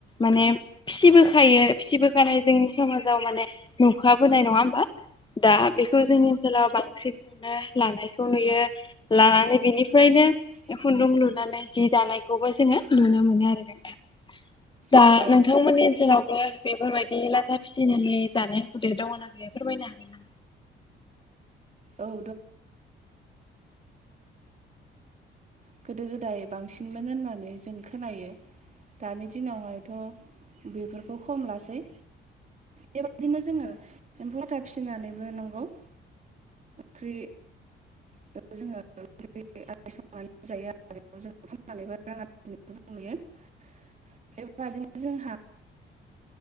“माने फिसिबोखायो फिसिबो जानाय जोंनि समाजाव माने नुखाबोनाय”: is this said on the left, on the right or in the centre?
Left